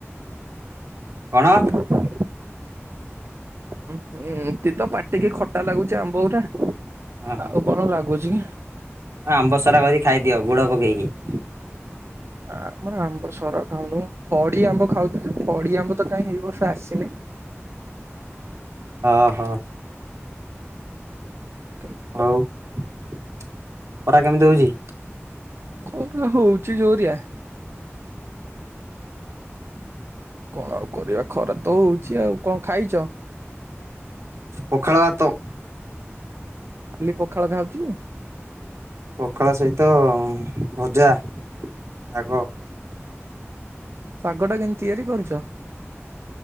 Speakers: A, on the right; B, on the right.
A: କଣ?
B: <unintelligible> ଉଁହୁଁ ଏତି ତ ପାଟିକି ଖଟା ଲାଗୁଛି ଆମ୍ବ ଗୁରା
A: ହଁ
B: ଆଉ କଣ ଲାଗୁଛି କି
A: ହଁ ଆମ୍ବ ସରା କରି ଖାଇଦିଅ ଗୁଡ ପକେଇକି।
B: ଆ ଆମର ଆମ୍ବ ସରା ଖାଉନୁ ଫଡି ଆମ୍ବ ଖାଉଛୁ ଯେ ଫଡି ଆମ୍ବ ତ କାଇଁ ଏ ବର୍ଷ ଆସିନି
A: ଓ ହୋ
B: <unintelligible>
A: ଆଉ ଖରା କେମିତି ହେଉଛି?
B: ଖରା ହଉଛିି ଜୋରିଆ କଣ ଆଉ କରିବା ଖରା ତ ହଉଛି। ଆଉ କଣ ଖାଇଛ?
A: ପଖାଳ ଭାତ।
B: ଖାଲି ପଖାଳ ଖାଉଛୁ?
A: ପଖାଳ ସହିତ ଭଜା ଶାଗ।
B: ଶାଗ ଟା କେମିତି ତିଆରି କରୁଛ?